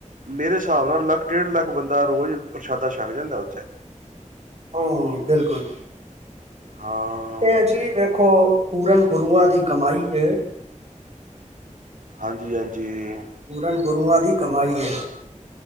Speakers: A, on the right (about 85°); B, on the right (about 55°).
A: ਮੇਰੇ ਹਿਸਾਬ ਨਾਲ ਲੱਖ ਡੇਢ ਲੱਖ ਬੰਦਾ ਰੋਜ਼ ਪ੍ਰਸ਼ਾਦਾ ਛਕ ਜਾਂਦਾ ਉੱਥੇ।
B: ਹੂੰ ਬਿਲਕੁਲ।
A: ਹਾਂ
B: ਇਹ ਜੀ ਵੇਖੋ ਪੂਰਨ। ਗੁਰੂਆਂ ਦੀ ਕਮਾਈ ਹੈ।
A: ਹਾਂਜੀ ਹਾਂਜੀ।
B: ਪੂਰਨ ਗੁਰੂਆਂ ਦੀ ਕਮਾਈ ਹੈ।